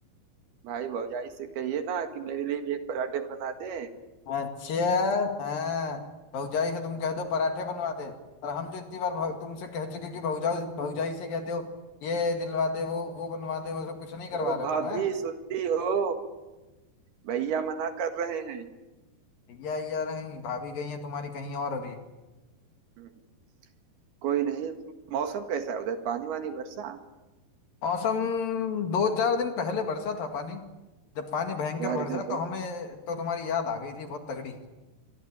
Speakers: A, on the right; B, on the left.
A: भाई भौजाई से कहिए ना कि मेरे लिए भी एक पराठे बना दे
B: अच्छा हाँ भौजाई से तुम कह दो पराठे बनवा दे और हम जो इतनी बार भौ- तुमसे कह चुके कि भौजाऊ भौजाई से कह दो ये दिलवा दे वो वो बनवा दे वो सब कुछ नहीं करवा
A: वो
B: रहे
A: भाभी
B: तुम है
A: सुनती हो भैया मना कर रहे हैं
B: भैया या नहीं भाभी गई है तुम्हारी कहीं और अभी
A: हम्म। कोई नहीं मौसम कैसा है उधर पानी वानी बरसा
B: मौसम दो चार दिन पहले बरसा था पानी जब पानी भयंकर
A: यार
B: बरसा
A: इधर बहुत
B: तो हमें तो तुम्हारी याद आ गई थी बहुत तगड़ी